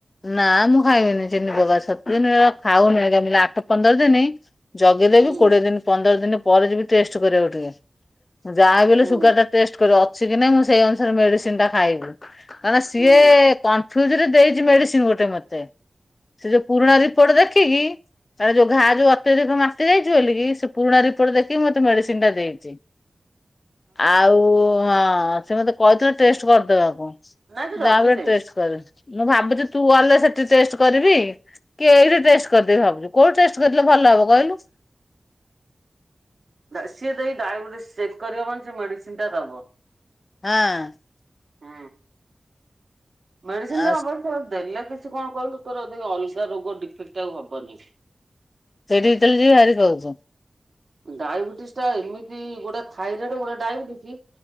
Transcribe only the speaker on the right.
ହୁଁ
ହୁଁ
ହୁଁ
<inaudible>
ନାଇଁ ତୁ ଜଗିଦେ।
ସିଏ ଦେଇ ଡାଇବେଟିସ ଚେକ୍ କରିବ ମାନେ ସେ ମେଡିସିନ ଟା ଦବ।
ହୁଁ ମେଡିସିନ
ଟା ଅବଶ୍ୟ। ଦେଲା କି ସେ କଣ କହିଲ ତୋର ଅଲଗା ରୋଗ ଡିଫେକ୍ଟ ହବନି।
ଡାଇବେଟିସ୍ ଟା ଏମିତି ଗୋଟେ ଥାଇରଏଡ ଗୋଟେ ଡାଇବେଟିସ୍।